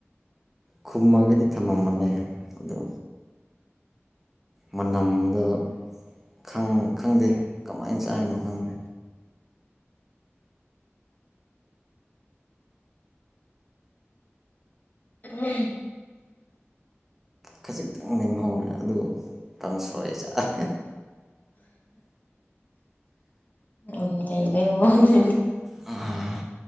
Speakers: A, in the centre; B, on the left.
A: ꯈꯨꯝꯃꯒꯗꯤ ꯊꯝꯃꯃꯅꯦ ꯑꯗꯨ ꯃꯅꯝꯗ ꯈꯪ ꯈꯪꯗꯦ ꯀꯃꯥꯏꯟ ꯆꯥꯏꯅꯣ ꯈꯪꯗꯦ
B: ꯎꯝ
A: ꯈꯖꯤꯛꯇꯪ ꯂꯦꯝꯍꯧꯔꯦ ꯑꯗꯨ ꯀꯪꯁꯣꯏ ꯆꯥꯔꯦ
B: ꯌꯝ ꯅꯩꯕꯩ ꯋꯥꯅꯤꯅꯦ
A: ꯎꯝ